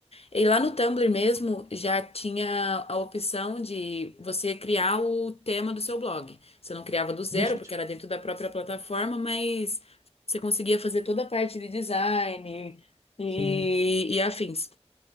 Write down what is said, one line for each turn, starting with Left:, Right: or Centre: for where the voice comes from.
Left: E lá no Tumblr mesmo já tinha a opção de você criar o tema do seu blog. Você não criava do zero,
Right: Deixa
Left: porque
Right: eu te
Left: era dentro da própria plataforma, mas você conseguia fazer toda a parte de design e,
Right: Sim.
Left: e afins.